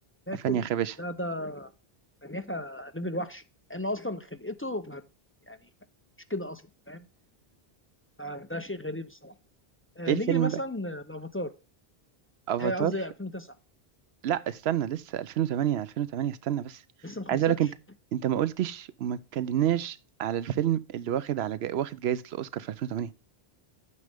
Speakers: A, on the left; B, on the right.
A: باكل
B: فاني يا خباشة
A: ده ده مناخة ليفل وحش لان اصلا خلقته ما يعني مش كده اصلا فاهم آه، ده شيء غريب الصراحه آه
B: ايه الفيلم
A: نيجي مثلا
B: بقى
A: الافاتار
B: افاتار
A: آه، قصدي 2009
B: لا استنى لسه 2008 2008 استنى بس
A: لسه ما
B: عايز
A: خلصتش
B: اقول لك انت انت ما قلتش وما اتكلمناش على الفيلم اللي واخد على جا... واخد جائزة الأوسكار في 2008